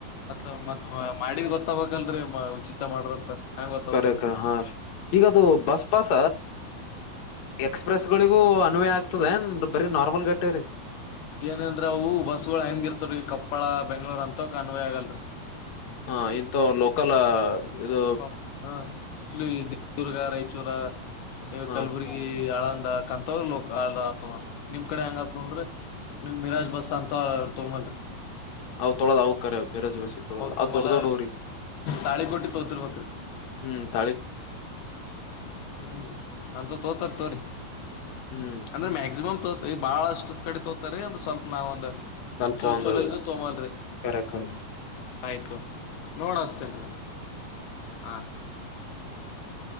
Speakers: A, on the left (about 75°); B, on the left (about 60°).
A: ಮತ್ತ ಮತ್ ಮಾಡಿದ ಗೊತ್ತಬಬೇಕ್ಲ್ರರಿ ಉಚಿಿತ ಮಾಡ್ರಂತ. ಹೆಂಗ್ ಗೊತ್ತತದ
B: ಕರೆ ಕರೆ ಹಾ ರೀ ಈಗದು ಬಸ್ ಪಾಸ. ಎಕ್ಸ್ಪ್ರೆಸ್ ಗಳಿಗೂ ಅನ್ವಯ ಆಗ್ತದೆ ಏನ್ ಬರೀ ನಾರ್ಮಲ್ ಗಟ್ಟೆ ರೀ.
A: ಏನಂದ್ರ ಅವು ಬಸ್ಗಳು ಹೆಂಗಿರ್ತವ್ರೀ ಕೊಪ್ಪಳ ಬೆಂಗ್ಳೂರ್ ಅಂತ ಕ ಅನ್ವಯ ಆಗಲ್ರರಿ.
B: ಹಾ ಇಂತ ಲೋಕಲ್. ಇದು
A: ಹ ಕೊಪ್ಪ ಹ ಇ ದರ್ಗ ರಾಯಚೂರ.
B: ಹ
A: ಕಲ್ಬುರಗಿ ಆಳಂದ ಕಂತ್ರ ಲ ಆ ಆತ ನೋಡ್ರಿ ನಿಮ್ ಕಡೆ ಹೆಂಗತ ಅಂದ್ರೆ. ನಿಮ ಮಿರಾಜ್ ಬಸ್ ಅಂತ ತೊಲ್ರಿ.
B: ಅವ ತೊಳದು ಅವ ಕೆ ಬೆೇರಜ್ವಾಸ ತೊಳದು
A: ತೊಂಬಲ
B: ಅ ದೊಡ್ಡ ದೊಡ್ಡೋರಿ.
A: ತಾಳಿ ಕೊಟ್ಟಿ ತೋತಿರ್ಬೇಕ್ರಿ
B: ಹ್ಮ್ ತ
A: ಹ್ಮ್ ಅಂತ ತೋತರ್ ತೋರಿ
B: ಹ್ಮ್
A: ಅಂದ್ರೆ ಮ್ಯಾಕ್ಸಿಮಮ್ ತೋತ ಬಾಳಷ್ಟ್ ಕಡೆ ತೋತಾರಿ ಒಂದ್ ಸ್ವಲ್ಪ ನಾವ್ ಒಂದ
B: ಸ್ವಲ್ಪ
A: ಚಲ
B: ಒಂದು
A: ಚಲೋ ಇದು ತೋಮಲ್ರಿ
B: ಕರೆ ಕರೆ
A: ಆಯ್ತು ನೋಡಸ್ತೇನ್ ಹಾ
B: ಹ್ಮ್